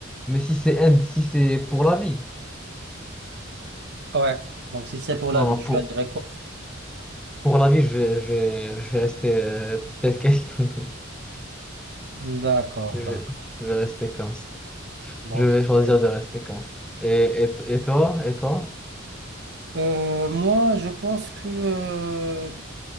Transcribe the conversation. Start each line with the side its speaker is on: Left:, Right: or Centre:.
Centre: Mais si c'est ind- si c'est pour la vie,
Right: ouais. Donc si c'est pour la
Centre: non,
Right: vie,
Centre: non,
Right: tu
Centre: pour,
Right: as des courses.
Centre: pour la vie, je vais, je vais, je vais rester euh, tel quel. <laughs>
Right: D'accord,
Centre: Je vais,
Right: d'accord.
Centre: je vais rester comme ça.
Right: Donc
Centre: Je vais
Right: tu-
Centre: choisir de rester comme ça. Et, et, et toi, et toi?
Right: euh, moi, je pense que euh,